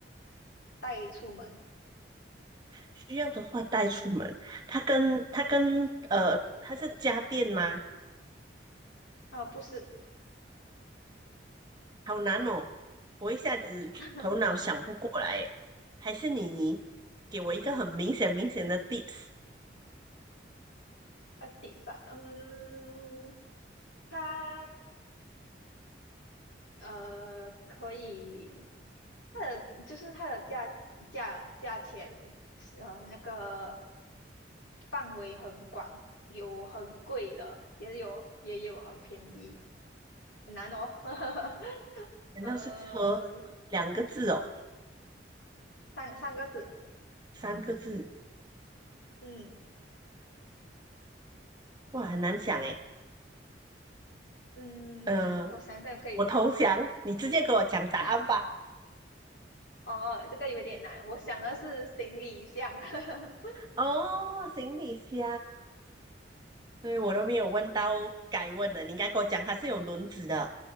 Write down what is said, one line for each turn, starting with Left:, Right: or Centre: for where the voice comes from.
Left: 带出门
Right: 需要的话带出门。它跟它跟呃，它是家电吗？
Left: 啊，不是，
Right: 好难哦，我一下子头脑想不过来耶，
Left: <laughs>
Right: 还是你给我一个很明显明显的 tips？
Left: 在地方，嗯，它呃可以，它的就是它的价价价钱是呃那个范围很广，有很贵的，也有也有很便宜的很难哦，<laughs>
Right: 难道是车两个字哦，
Left: 呃，三三个字，
Right: 三个字？
Left: 嗯
Right: 哇，很难想诶。
Left: 嗯，
Right: 呃，
Left: 我想一下可以，
Right: 我投降，你直接给我讲答案吧。
Left: <laughs> 哦，这个有点难，我想的是行李箱。<laughs>
Right: 哦，行李箱，对，我都没有问到该问的，你应该给我讲它是有轮子的，